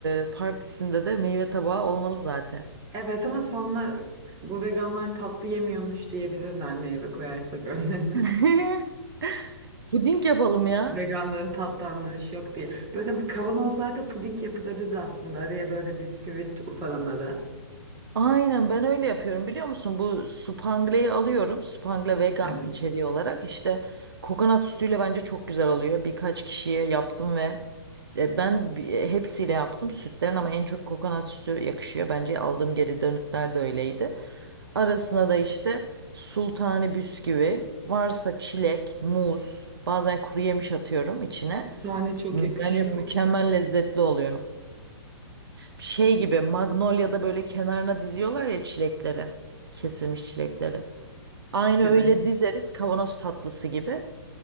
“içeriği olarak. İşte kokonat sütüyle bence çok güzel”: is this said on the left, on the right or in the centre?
Right